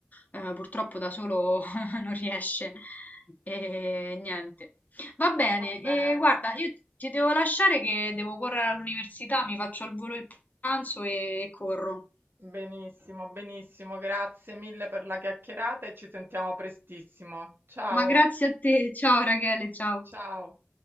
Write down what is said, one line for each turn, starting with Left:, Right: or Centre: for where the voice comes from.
Left: eh, purtroppo da solo <laughs> non riesce. E niente. Va bene,
Right: Va bene.
Left: e guarda, io ti devo lasciare che devo correre all'università, mi faccio al volo il pranzo e corro.
Right: Benissimo, benissimo, grazie mille per la chiacchierata e ci sentiamo prestissimo. Ciao,
Left: Ma grazie a te, ciao Rachele, ciao.
Right: ciao.